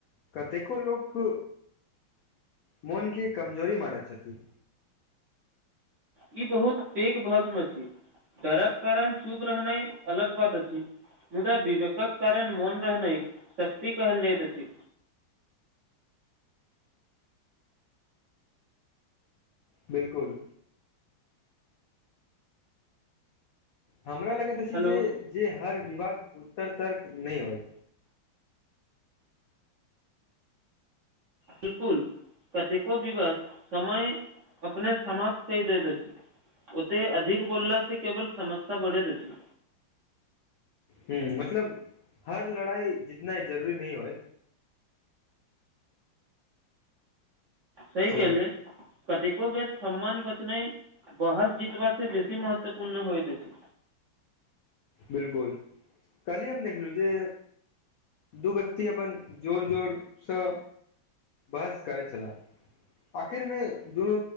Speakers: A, on the left; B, on the right.
A: कतेको लोक मोन के कमजोरी मानैत छथि
B: ई बहुत पेघ भरम अछि डरक कारण चुप रहनाइ अलग बात अछि मुदा बिवेकक कारण मोन रहनाइ शक्ति कहल जाइत अछि
A: बिलकुल हमरा लगैत अछि
B: हेलो
A: जे जे हर विवाद उत्तर तर्क नहि अइ
B: बिलकुल कतेको विवाद समय अपने समाप्त कहि द द छी ओते अधिक बोलला से केवल समस्या बढ़ैत अछि
A: हूँ मतलब हर लड़ाइ जितना इ जरूरी नहि होय
B: सही
A: हेलो
B: केहले कतेको बेर सम्मान बचनाइ बहस जितबा से बेसी महत्वपूर्ण होइत अछि
A: बिलकुल कलहि हम देखलु जे दू व्यक्ति अपन जोर जोरसँ बहस करैत छलाह आखिरमे दुनू